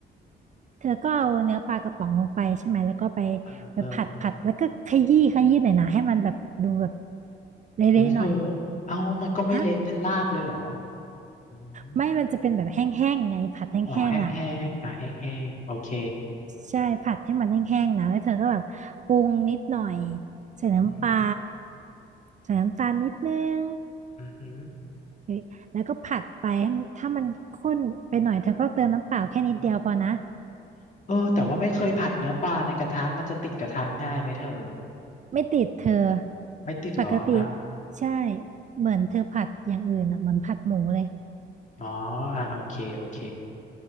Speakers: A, on the right; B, on the left.
A: เธอก็เอาเนื้อปลากระป๋องลงไปใช่ไหมแล้วก็ไป
B: เออเออ
A: ไปผัดผัดแล้วก็ขยี้ขยี้หน่อยนะให้มันแบบดูแบบเละๆหน่อย
B: อุ้ยเธอเอามันก็ไม่เละเป็นลาบเลยเหรอ
A: ฮะ
B: อืม
A: ไม่มันจะเป็นแบบแห้งๆไงผัดแห้งๆอ่ะ
B: อ๋อแห้งแห้งอ่ะแห้งแห้งโอเค
A: ใช่ผัดให้มันแห้งๆนะแล้วเธอก็แบบปรุงนิดหน่อยใส่น้ำปลา
B: อือหือ
A: ใส่น้ำตาลนิดนึง
B: อือหือ
A: หรือแล้วก็ผัดไปให้มันถ้ามันข้นไปหน่อยเธอก็เติมน้ำเปล่าแค่นิดเดียวพอนะ
B: อือหือเออแต่ว่าไม่เคยผัดเนื้อปลาในกระทะมันจะติดกระทะง่ายไหมเธอ
A: ไม่ติดเธอ
B: ไม่ติดเหรออ่ะ
A: ปกติใช่เหมือนเธอผัดอย่างอื่นอ่ะเหมือนผัดหมูเลย
B: อ๋ออ่ะโอเคโอเค